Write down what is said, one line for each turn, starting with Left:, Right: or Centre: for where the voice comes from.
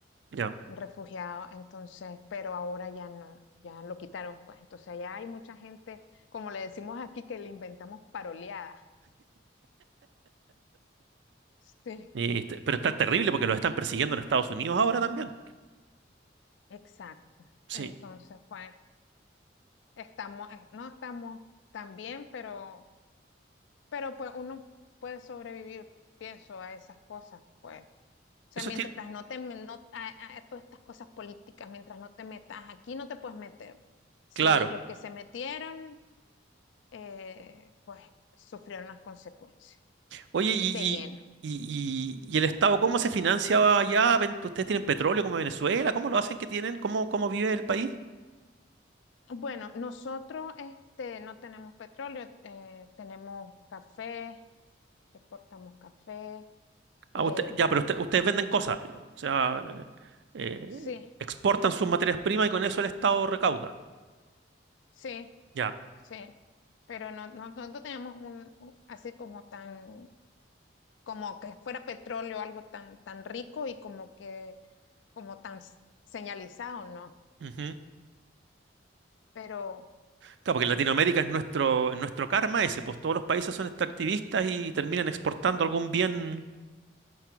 Right: ya.
Left: un refugiado, entonces, pero ahora ya no, ya lo quitaron, pues. Entonces, allá hay mucha gente, como le decimos aquí, que le inventamos paroleadas. <laughs> Sí.
Right: Y este- pero está terrible porque los están persiguiendo en Estados Unidos ahora también.
Left: Exacto.
Right: Sí.
Left: Entonces, pues, estamos, eh, no estamos tan bien, pero, pero pues uno puede sobrevivir, pienso, a esas cosas, pues. O sea,
Right: Eso
Left: mientras
Right: tiene,
Left: no te, me- no, a, a a todas estas cosas políticas, mientras no te metas aquí, no te puedes meter. Si
Right: claro.
Left: los que se metieron, eh, pues, sufrieron las consecuencias.
Right: Oye, y,
Left: de lleno.
Right: y, y, y- y el Estado cómo se financia allá? Ven- ¿Ustedes tienen petróleo como Venezuela? ¿Cómo lo hacen que tienen? ¿Cómo, cómo vive el país?
Left: Bueno, nosotros este, no tenemos petróleo, eh, tenemos café, exportamos café.
Right: Ah,
Left: eh,
Right: usted-
Left: bueno,
Right: ya, pero usted- ustedes venden cosas, digamos. O sea, eh, eh,
Left: sí,
Right: exportan sus materias primas y con eso el Estado recauda.
Left: sí,
Right: Ya.
Left: sí, pero no, no, no no tenemos un, un- así como tan, como que fuera petróleo, algo tan, tan rico y como que, como tan s- señalizado, ¿no?
Right: Ujú.
Left: Pero
Right: Claro, porque en Latinoamérica es nuestro, es nuestro karma ese, pues todos los países son extractivistas y terminan exportando algún bien